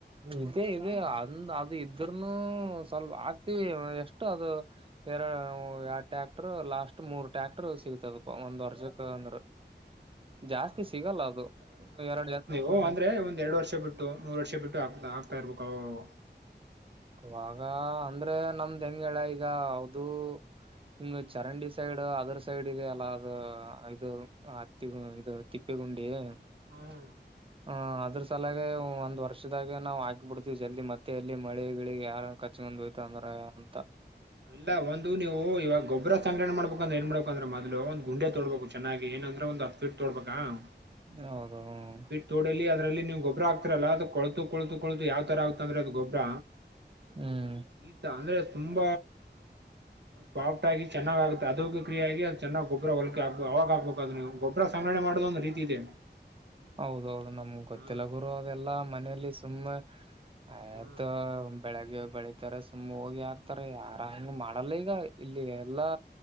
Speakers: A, on the right; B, on the right.
A: ಇದೇ ಇದೆ ಅಂದ ಅದು ಇದ್ರನು ಸ್ವಲ್ಪ ಹಾಕತಿವಿ ಎಷ್ಟು ಅದು ಎರಡು ಎ ಟ್ಯಾಕ್ಟರ್ ಲಾಸ್ಟ್ ಮೂರ್ ಟ್ಯಾಕ್ಟರ್ ಸಿಗ್ತದ ಒಂದ್ ವರ್ಷಕ್ಕೆ ಅಂದ್ರ ಜಾಸ್ತಿ ಸಿಗಲ್ಲ ಅದು ಎರಡು ಎತ್ತು
B: ಓಹ ಅಂದ್ರೆ ಒಂದ್ ಎರಡು ವರ್ಷ ಬಿಟ್ಟು ಮೂರು ವರ್ಷ ಬಿಟ್ಟು ಹಾಕ್ತಾ ಇರ್ಬೇಕು ಅವಾಗವಾಗ
A: ಇವಾಗ ಅಂದ್ರೆ ನಮ್ದ್ ಹೆಂಗಗೆಳ ಈಗ ಅದು ಹಂಗ ಚರಂಡಿ ಸೈಡ್ ಅದ್ರ ಸೈಡ್ ಇದೆ ಅಲ್ಲ ಅದು ಇದು ಹತ್ತಿ ಇದು ತಿಪ್ಪೆಗುಂಡಿ ಹ
B: ಹ್ಮ್
A: ಅದ್ರ ತಲಾಗ ಒಂದ್ ವರ್ಷದಾಗ ನಾವು ಹಾಕಿ ಬಿಡ್ತೀವಿ ಜಲ್ದಿ ಮತ್ತೆ ಎಲ್ಲಿ ಹಳಿಗಳಿಗೆ ಯಾರ ಕಚ್ಕೊಂಡ್ ಹೋಯ್ತಂದ್ರ ಅಂತ
B: ಇಲ್ಲ ಒಂದು ನೀವು ಇವಾಗ ಗೊಬ್ಬರ ಸಂಗ್ರಣೆ ಮಾಡ್ಬೇಕಂದ್ರೆ ಏನ್ ಮಾಡ್ಬೇಕ ಅಂದ್ರೆ ಮೋದ್ಲು ಒಂದ್ ಗುಂಡೆ ತೋಡ್ಬೇಕು ಚೆನ್ನಾಗಿ ಏನಂದ್ರೆ ಒಂದು <unintelligible>
A: <unintelligible>
B: ತೋಡ ಅದ್ರಲ್ಲಿ ನೀವು ಗೊಬ್ಬರ ಆಕ್ತರಲ್ಲ ಅದು ಕೊಳು ಕೊಳತು ಕೊಳತು ಯಾವ ತರ ಆಗ್ ಅಂದ್ರೆ ಅದು ಗೊಬ್ಬರ
A: ಹ್ಮ್
B: ಈ ಅಂದ್ರೆ ತುಂಬಾ ಸಾಫ್ಟ್ ಆಗಿ ಚೆನ್ನಾಗ್ ಆಗುತ್ತೆ ಅದ ಕ್ರಿಯ ಆಗಿ ಚೆನ್ನಾಗಿ ಗೊಬರ ಹೊಲಕೆ ಆಗ್ ಅವಾಗ ಆಗ್ಬೇಕು ಅದು ನೀ ಗೊಬರ ಸಂಗ್ರಣೆ ಮಾಡೋ ಒಂದು ರೀತಿ ಇದೆ
A: ಹೌದೌದು ನಮ್ಗೆ ಗೊತ್ತಿಲ್ಲ
B: ಹಾ
A: ಗುರುವ ಹಾಗೆಲ್ಲ ಮನೆಯಲ್ಲಿ ಸುಮ್ಮನೆ ಆಯತ
B: ಹಾ
A: ಬೆಳಗ್ಗೆ ಬೆಳಿತಾರೆ ಸುಮ್ ಹೋಗಿ ಹಾಕ್ತಾರ ಆರಂಗ ಮಾಡಲ್ಲ ಈಗ ಇಲ್ಲಿ ಎಲ್ಲಾ